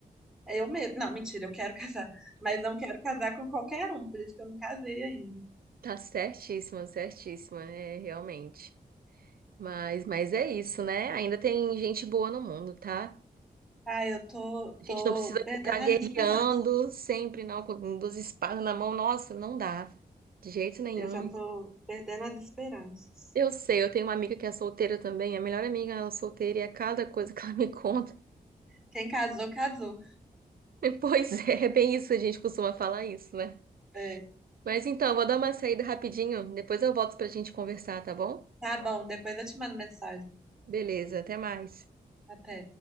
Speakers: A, in the centre; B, on the right (about 70°).
A: É Eu mesmo. Não, mentira, eu quero <laughs> casar. Mas não quero casar com qualquer um, por isso que eu não casei ainda.
B: Tá certíssima, certíssima, é realmente. Mas, mas é isso, né? Ainda tem gente boa no mundo, tá?
A: Ah, eu tô,
B: A gente
A: tô
B: não precisa
A: perdendo
B: ficar
A: as
B: guerreando
A: esperanças.
B: sempre, não, com duas espadas na mão. Nossa, não dá. De jeito nenhum.
A: Eu já tô perdendo as esperanças.
B: Eu sei, eu tenho uma amiga que é solteira também. A melhor amiga é solteira e é cada coisa <laughs> que ela me conta.
A: Quem casou, casou.
B: <laughs> Pois é, é bem isso, a gente costuma falar isso, né?
A: É.
B: Mas então, eu vou dar uma saída rapidinho. Depois eu volto pra gente conversar, tá bom?
A: Tá bom, depois eu te mando mensagem.
B: Beleza, até mais.
A: Até.